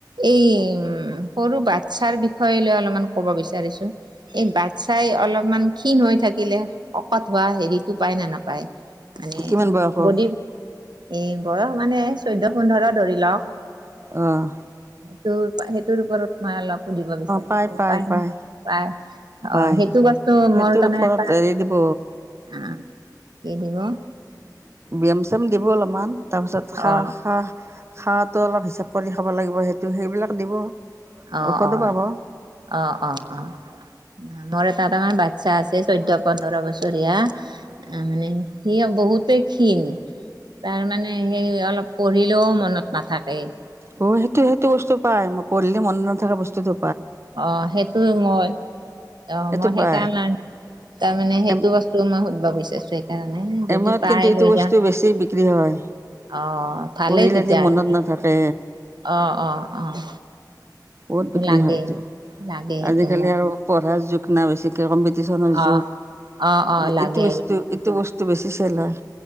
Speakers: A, on the right; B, on the right.
A: এই উ সৰু বাচ্ছাৰ বিষয়ে লৈ অলপমান ক'ব বিচাৰিছোঁ এই বাচ্ছাই অলপমান ক্ষীণ হৈ থাকিলে শকত হোৱা হেৰিতটো পায় নে নাপায় মানে
B: কিমান বয়সৰ
A: বদি এ বয়স মানে চৈধ্য পোন্ধৰ ধৰি লওক
B: আহ।
A: সেইটো সেইটোৰ ওপৰত মই অলপ সুধিব বিচাৰিছো
B: পায় পায়
A: উপাই
B: পায়
A: নাই। পাই
B: পায়
A: অ সেইটো বস্তু
B: সেইটোৰ
A: মোৰ তাৰমানে
B: ওপৰত
A: অ
B: হেৰি দিব
A: কি দিব?
B: ব্যায়াম চিয়াম দিব অলপমান তাৰপিছত
A: অ
B: খা খা খাৰটো অলপ হিচাপ কৰি খাব লাগিব সেইটো সেইবিলাক দিব
A: অ
B: ঔষধো
A: অ
B: পাব।
A: অ' অ' অ'। নহলে এটাাত আমাৰ বাচ্ছা আছে চৈধ্যয় পোন্ধৰ বছৰীয়া। আ মানে সি বহুতে ক্ষীণ। তাৰমানানে সেই অলপ পঢ়িলেও মনত নাথাকেই।
B: অ সেইটো সেইটো বস্তু পাই মই পঢ়িলি মনত নথকা বস্তুতটো
A: অ সেইটোে মই অ
B: সেইটো
A: মই সেইকাৰণে
B: পায়
A: তাৰমানে সেইটো
B: এম
A: বস্তু মই সুধব বিচাৰিছো সেইকাৰণে যদি
B: এমত
A: পাই
B: কিন্তু এইটো
A: লৈ
B: বস্তু
A: যাাম।
B: বেছি বিক্ৰী হয়
A: অ ভালেই
B: পঢ়িলে
A: তেতিয়াহ'লে
B: যে মনত নাথাকে
A: অ' অ' অ'।
B: বহুত
A: সেইটো
B: বিক্ৰী
A: লাগে
B: হয়তটো
A: লাগে সেইটো
B: আজিকালি
A: মোক
B: আৰু পঢ়া যু কম্পিটিচনৰ
A: অ
B: যুগ
A: অ অ লাগে
B: এইটো বস্তু এইটো বস্তু বেছি চালে হৈ।